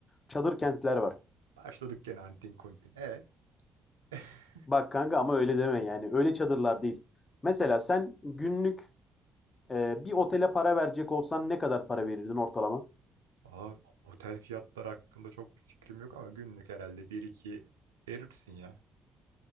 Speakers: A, on the left; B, on the right.
A: çadır kentler var.
B: Başladık gene antin kuntin. E? <laughs>
A: Bak kanka ama öyle deme yani. Öyle çadırlar değil. Mesela sen günlük e, bir otele para verecek olsan ne kadar para verirdin ortalama?
B: Aa, otel fiyatları hakkında çok bir fikrim yok ama günlük herhalde bir iki verirsin ya.